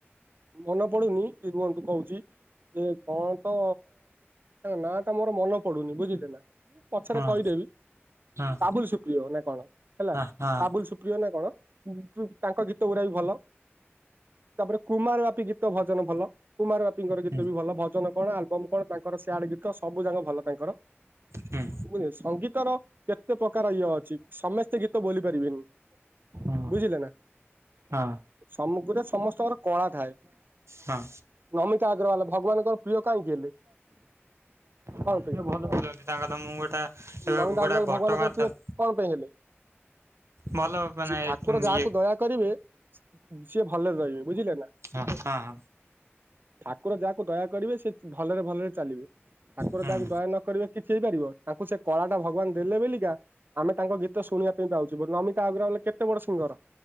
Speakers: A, on the right; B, on the right.
A: ମନ ପଡୁନି ଏ ରୁହନ୍ତୁ କୋହୁଚି। ଏ କଣ ଗୀତ ତା ନାଁଟା ମୋର ମନେ ପଡୁନି ବୁଝିଲେ ନା। ମୁଁ ପଛରେ
B: ହଁ
A: କହିଦେବି।
B: ହଁ
A: ବାବୁଲ ସୁପ୍ରିୟ ନା କଣ ହେଲା
B: ହଁ ହଁ
A: ବାବୁଲ ସୁପ୍ରିୟ ନା କଣ ତାଙ୍କ ଗୀତ ଗୁରା ବି ଭଲ। ତାପରେ କୁମାର ବାପି ଗୀତ ଭଜନ ଭଲ। କୁମାର ବାପି ଙ୍କର ଗୀତ
B: ହୁଁ
A: ବି ଭଲ ଭଜନ କଣ ଆଲବମ କଣ ତାଙ୍କର ସିଆଡେ ଗୀ ତ ସବୁ ଯାକ ଭଲ ତାଙ୍କର
B: ହୁଁ
A: ବୁଝିଲେ। ସଙ୍ଗୀତର କେ ତେ ପ୍ରକାର ଇଏ ଅଛି। ସମସ୍ତେ ଗୀତ ବୋଲି ପାରିବେନି
B: ହୁଁ
A: ବୁଝିଲେ ନା।
B: ହଁ।
A: ସମୁଗୁରେ ସମସ୍ତଙ୍କର କଳା ଥାଏ।
B: ହଁ
A: ନମିତା ଅଗ୍ରୱାଲ ଭଗବାନଙ୍କ ପ୍ରିୟ କାହିଁକି ହେଲେ। କଣ
B: ହଁ ସିଏ
A: ପାଇଁ
B: ଭଲ ବୋଲନ୍ତି ତାଙ୍କର ତ ମୁଁ ଗୋଟେ ଏବେ
A: ନମିତା
B: ଗୋଟେ
A: ଅଗ୍ରୱାଲ
B: ଘଟଗାଁ
A: ଭଗବାନଙ୍କର ପ୍ରିୟ
B: ତା
A: କଣ ପାଇଁ ହେଲେ
B: ଭଲ ମାନେ
A: ଚି ଠାକୁର ଯାହାକୁ
B: ଇଏ
A: ଦୟା। କରିବେ, ସିଏ ଭଲରେ ରହିବେ, ବୁଝିଲେ ନା।
B: ହଁ ହଁ
A: ଠାକୁର ଯାହାକୁ ଦୟା କରିବେ ସେ ଭଲରେ ଭଲରେ ଚାଲିବେ ଠାକୁର
B: ହଁ
A: ଯାହାକୁ
B: ହୁଁ
A: ଦୟା ନ କରିବେ କିଛି ହେଇପାରିବ, ତାକୁ ସେ କଳା ଟା ଭଗବାନ ଦେଲେ ବେଲିକା। ଆମେ ତାଙ୍କ ଗୀତ ଶୁଣିବା ପାଇଁ ପାଉଛୁ ନମିତା ଅଗ୍ରୱାଲ କେତେ ବଡ ସିଙ୍ଗର